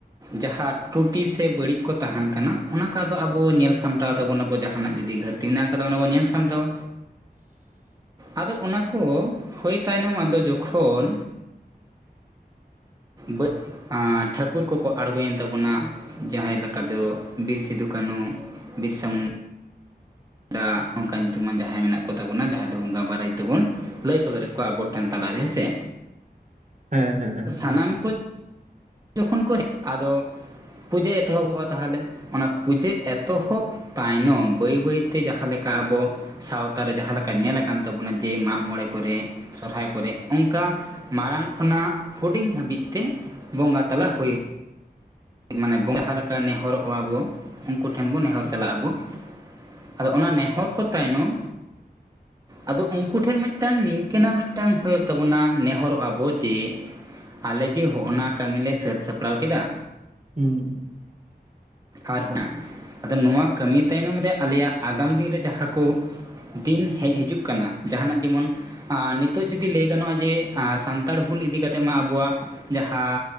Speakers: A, on the right; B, on the right.
A: ᱡᱟᱦᱟᱸ ᱴᱩᱴᱤ ᱥᱮ ᱵᱟᱹᱲᱤᱡ ᱠᱚ ᱛᱟᱦᱮᱱ ᱠᱟᱱᱟ ᱚᱱᱟᱠᱟ ᱫᱚ ᱟᱵᱚ ᱧᱮᱞ ᱥᱟᱢᱴᱟᱣ ᱛᱟᱵᱚᱱᱟ ᱵᱚ ᱡᱟᱦᱟᱱᱟᱜ ᱡᱩᱫᱤ ᱜᱷᱟ.... ᱛᱤ ᱢᱮᱱᱟᱜ ᱟᱠᱟᱫᱚ ᱚᱱᱟ ᱵᱚᱸ ᱧᱮᱞ ᱥᱟᱢᱴᱣᱟ
B: <inaudible>
A: ᱟᱫᱚ ᱚᱱᱟ ᱠᱚ ᱦᱩᱭ ᱛᱟᱭᱱᱚᱢ ᱟᱫᱚ ᱡᱚᱠᱷᱚᱱ ᱵᱟ.... ᱟᱸ... ᱴᱷᱟᱹᱠᱩᱨ ᱠᱚᱠᱚ ᱟᱬᱜᱚᱭᱮᱱ ᱛᱟᱵᱚᱱᱟ ᱡᱟᱦᱟᱸᱭ ᱞᱮᱠᱟ ᱫᱚ ᱵᱤᱨ ᱥᱤᱫᱩ ᱠᱟᱹᱱᱩ ᱵᱤᱨᱥᱟ. ᱢᱩᱱᱰ.... ᱰᱟ ᱚᱝᱠᱟ ᱧᱩᱛᱩᱢᱟᱱ ᱡᱟᱦᱟᱸᱭ ᱢᱮᱱᱟᱜ ᱠᱚ ᱛᱟᱵᱚᱱᱟ ᱡᱟᱦᱟᱸᱭ ᱫᱚ ᱵᱚᱸᱜᱟ ᱵᱟᱨᱟᱭ ᱛᱮᱵᱚᱱ ᱞᱟᱹᱭ ᱥᱚᱫᱚᱨ ᱮᱫ ᱠᱚᱣᱟ ᱟᱵᱚ ᱴᱷᱮᱱ ᱛᱟᱞᱟᱨᱮ ᱦᱮᱸ ᱥᱮ
B: ᱦᱮᱸ ᱦᱮᱸ ᱦᱮᱸ
A: ᱥᱟᱱᱟᱢ ᱠᱚᱡ ᱡᱚᱠᱷᱚᱱ ᱠᱚ <inaudible> ᱟᱫᱚ ᱯᱩᱡᱟᱹ ᱮᱛᱚᱦᱚᱵᱚᱜᱼᱟ ᱛᱟᱦᱟᱞᱮ ᱚᱱᱟ ᱯᱩᱡᱟᱹ ᱮᱛᱚᱦᱚᱵ ᱛᱟᱭᱱᱚᱢ ᱵᱟᱹᱭ ᱵᱟᱹᱭᱛᱮ ᱡᱟᱦᱟᱸ ᱞᱮᱠᱟ ᱟᱵᱚ ᱥᱟᱶᱛᱟ ᱨᱮ ᱡᱟᱦᱟᱸ ᱞᱮᱠᱟ ᱧᱮᱞ ᱟᱠᱟᱱ ᱛᱟᱵᱚᱱᱟ ᱡᱮ ᱢᱟᱜ ᱢᱚᱬᱮ ᱠᱚᱨᱮ ᱥᱚᱨᱦᱟᱭ ᱠᱚᱨᱮ ᱚᱱᱠᱟ ᱢᱟᱲᱟᱝ ᱠᱷᱚᱱᱟᱜ ᱦᱩᱰᱤᱧ ᱦᱟᱹᱵᱤᱡ ᱛᱮ ᱵᱚᱸᱜᱟ ᱛᱟᱞᱟ ᱦᱩᱭ ᱢᱟᱱᱮ ᱡᱟᱦᱟᱸ ᱞᱮᱠᱟ ᱱᱮᱦᱚᱨᱚᱜᱼᱟ ᱵᱚᱸ ᱩᱱᱠᱩ ᱴᱷᱮᱱ ᱵᱚᱱ ᱱᱮᱦᱚᱨ ᱪᱟᱞᱟᱜ ᱟᱵᱚ ᱟᱫᱚ ᱚᱱᱟ ᱱᱮᱦᱚᱨ ᱠᱚ ᱛᱟᱭᱱᱚᱢ
B: <inaudible>
A: ᱟᱫᱚ ᱩᱱᱠᱩ ᱴᱷᱮᱱ ᱢᱤᱫᱴᱟᱝ ᱱᱤᱝᱠᱟᱹᱱᱟᱜ ᱢᱤᱫᱴᱟᱝ ᱦᱩᱭᱩᱜ ᱛᱟᱵᱚᱱᱟ ᱱᱮᱦᱚᱨᱚᱜ ᱟᱵᱚ ᱡᱮ ᱟᱞᱮ ᱡᱮ ᱦᱚᱸᱜ ᱱᱟ ᱠᱟᱹᱢᱤᱞᱮ ᱥᱟᱹᱛ ᱥᱟᱯᱲᱟᱣ ᱠᱮᱫᱟ
B: ᱦᱩᱸ
A: ᱟᱨ ᱦᱮᱸ, ᱟᱫᱚ ᱱᱚᱣᱟ ᱠᱟᱹᱢᱤ ᱛᱟᱭᱱᱚᱢ ᱨᱮ ᱟᱞᱮᱭᱟᱜ ᱟᱜᱟᱢ ᱫᱤᱱ ᱨᱮ ᱡᱟᱦᱟᱸ ᱠᱚ ᱫᱤᱱ ᱦᱮᱡ ᱦᱤᱡᱩᱜ ᱠᱟᱱᱟ ᱡᱟᱸᱦᱟᱱᱟᱜ ᱡᱮᱢᱚᱱ ᱟᱸ, ᱱᱤᱛᱚᱜ ᱡᱩᱫᱤ ᱞᱟᱹᱭ ᱜᱟᱱᱚᱜ-ᱟ ᱡᱮ ᱟᱸ, ᱥᱟᱱᱛᱟᱲ ᱦᱩᱞ ᱤᱫᱤ ᱠᱟᱛᱮᱫ ᱢᱟ ᱟᱵᱚᱣᱟᱜ ᱡᱟᱦᱟᱸ